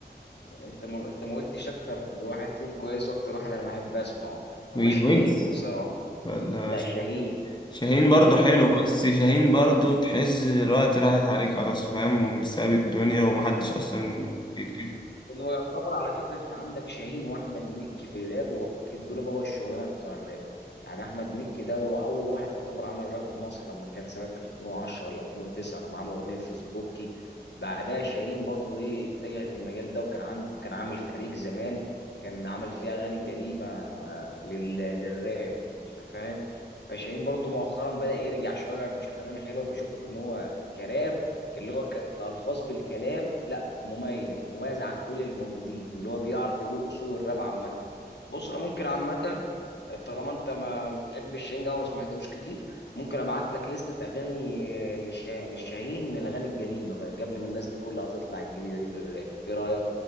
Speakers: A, on the left; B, on the left.
A: انت ما انت ما قلتش اكتر واحد فيهم كويس واكتر واحد انا بحب اسمعه هو
B: مين
A: شاهين
B: ويجز
A: بصراحه
B: ولا
A: لا شاهين
B: شاهين برضو حلو
A: شاهين
B: بس شاهين برضو تحس الوقت راحت عليك خلاص فاهم ساب الدنيا ومحدش أصلا بيكتفي
A: انه يعتبر على فكره انت عندك شاهين واحمد مكي في الراب هو فكره دول بابا الشغلانه بتاع الراب يعني احمد مكي ده هو اول واحد يعتبر عمل راب في مصر لما كان سنه 2010 ولا 2009 لما عمل اغنيه فيسبوكي بعدها شاهين برضو ايه اتجه للمجال ده وكان عند كان عامل فريق زمان كان عامل فيه اغاني قديمه لل... للراب انت فاهم فشاهين برضو مؤخرا بدا يرجع شويه يعمل شويه اغاني حلوه بشوف ان هو كراب اللي هو ك... كالفاظ بالكلام مميز مميز عن كل اللي موجودين اللي هو بيعرف يقول اصول الراب عامه بص انا ممكن عامه طالما انت ما بتحبش شاهين وما سمعتلوش كتير ممكن ابعت لك لستة اغاني للشا- للشاهين الاغاني القديمه بقى قبل ما الناس دي كلها تطلع الجديده دي في الراب ايه رايك